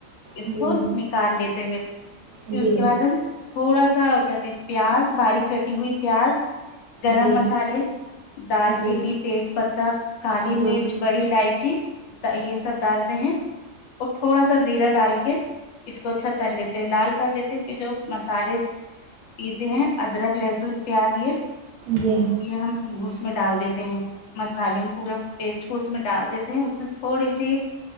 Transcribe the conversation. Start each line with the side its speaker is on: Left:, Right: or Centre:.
Left: اسکول
Right: جی
Left: نکال لیتے ہیں
Right: جی
Left: پھر
Right: جی
Left: اس کے بعد تھوڑا سا کیاتے پیاز باریک کٹی ہوئی پیاز گرم
Right: جی
Left: مسالے دال
Right: جی
Left: چینی تیز پتہ کالی
Right: جی
Left: مرچ بڑی الائچی یہ سب ڈالتے ہیں اور تھوڑا سا زیرہ ڈال کے اس کو اچھا تل لیتے ہیں لال کر لیتے ہیں پھر جو مسالے پیسے ہیں ادرک لہسن پیاز یہ یہ
Right: جی
Left: ہم ب اس میں ڈال دیتے ہیں مسالے میں پورے پیسٹ کو اس میں ڈال دیتے ہیں اس میں تھوڑی سی